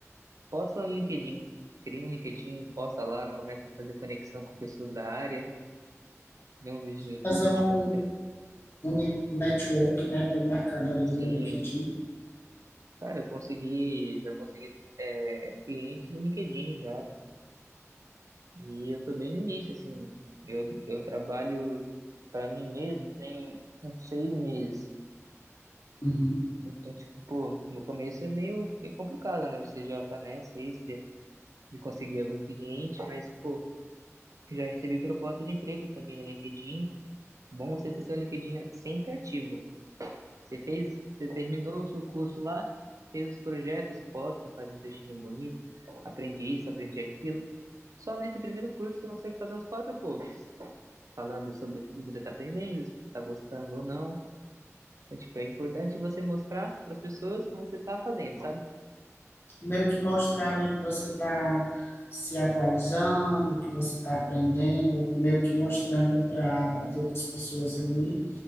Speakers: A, on the right; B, on the left.
A: posta no LinkedIn. Cria um LinkedIn, posta lá, começa a fazer conexão com pessoas da área, vê uns vídeos no YouTube
B: fazer um,
A: de como. cre-
B: um network, né, bem bacana ali
A: Sim,
B: no LinkedIn.
A: cara, eu consegui, já consegui é, cliente no LinkedIn já. E eu tô bem no início, assim. Eu, eu trabalho para mim mesmo tem uns seis meses.
B: Uhum.
A: Então, tipo, pô, no começo é meio, meio complicado, né? Você já tá nessa aí, você de conseguir algum cliente, mas, pô, já recebi proposta de emprego também no LinkedIn. Bom você ter seu LinkedIn sempre ativo. Você fez, você terminou o seu curso lá, fez os projetos, posta, faz um textinho bonito, aprendi isso, aprendi aquilo. Só nesse primeiro curso você consegue fazer uns quatro posts, falando sobre o que você está aprendendo, se está gostando ou não. Então, tipo, é importante você mostrar para as pessoas o que você está fazendo, sabe?
B: meio que mostrar ali que você está se atualizando, que você está aprendendo, meio que mostrando para as outras pessoas ali